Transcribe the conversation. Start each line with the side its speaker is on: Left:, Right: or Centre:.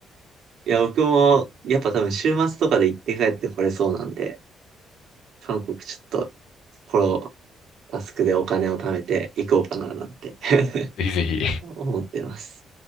Right: いや、僕も、やっぱ多分週末とかで行って帰ってこれそうなんで、韓国ちょっと、このタスクでお金を貯めて行こうかななんて <laughs>
Left: ぜひぜひ。
Right: 思ってます。